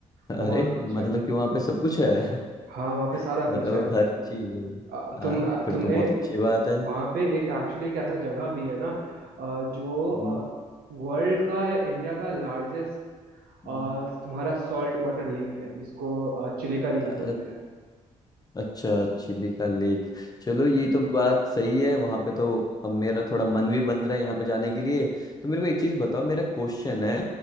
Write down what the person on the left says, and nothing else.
अरे
मतलब
कि वहाँ पे सब कुछ है <laughs>
मतलब
हर चीज है
हाँ,
फिर
तो बहुत अच्छी बात है
हम्म,
हम्म,
अ-
अच्छा चिली का लेक चलो ये तो बात सही है वहाँ पे तो अब मेरा थोड़ा मन भी बन रहा है यहाँ पे जाने के लिए तो मेरे को एक चीज़ बताओ मेरा क्वेश्चन है